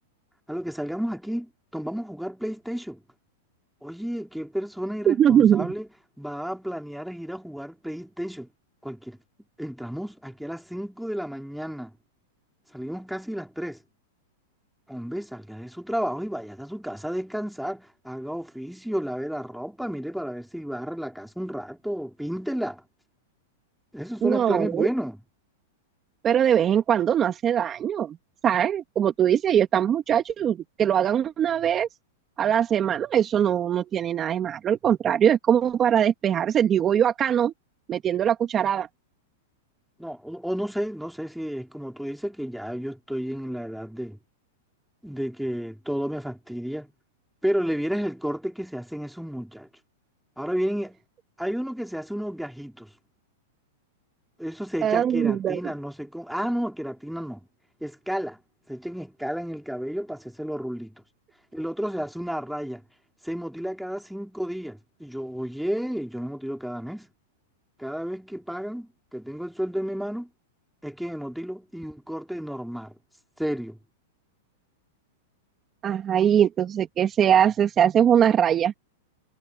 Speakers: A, in the centre; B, on the right.
A: A lo que salgamos aquí, Tom, vamos a jugar PlayStation. Oye, ¿qué persona irresponsable
B: <laughs>
A: va a planear ir a jugar PlayStation? Cualquier. Entramos aquí a las 5 de la mañana. Salimos casi a las 3. Hombre, salga de su trabajo y vaya a su casa a descansar. Haga oficio, lave la ropa, mire para ver si barre la casa un rato, píntela. Esos
B: No.
A: son los planes buenos.
B: pero de vez en cuando no hace daño, ¿sabes? Como tú dices, ellos están muchachos, que lo hagan una vez a la semana, eso no, no tiene nada de malo, al contrario, es como para despejarse, digo yo acá no, metiendo la cucharada.
A: No, o, o no sé, no sé si es como tú dices que ya yo estoy en la edad de, de que todo me fastidia, pero le vieras el corte que se hacen esos muchachos. Ahora vienen, hay uno que se hace unos gajitos, eso se
B: Anda.
A: echa queratina, no sé cómo, ah, no, queratina no, escala, se echa en escala en el cabello para hacerse los rulitos. El otro se hace una raya, se motila cada cinco días. Y yo, oye, yo me motilo cada mes, cada vez que pagan, que tengo el sueldo en mi mano, es que me motilo y un corte normal, serio.
B: Ajá, y entonces, ¿qué se hace? Se hace una raya.